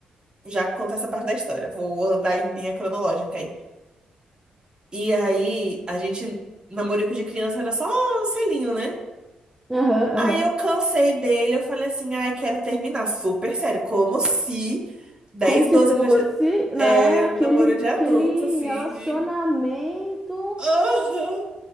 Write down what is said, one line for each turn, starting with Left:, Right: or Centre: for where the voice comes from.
Right: Já conta essa parte da história. Vou andar em linha cronológica aí. E aí, a gente. Namorico de criança era só um selinho, né?
Centre: Aham,
Right: Aí
Centre: aham.
Right: eu cansei dele. Eu falei assim: ai, quero terminar. Super sério. Como se 10
Centre: Como se
Right: 12
Centre: fosse,
Right: anos de. É,
Centre: né, aquele,
Right: namoro de adulto,
Centre: aquele
Right: assim,
Centre: relacionamento,
Right: de. Aham.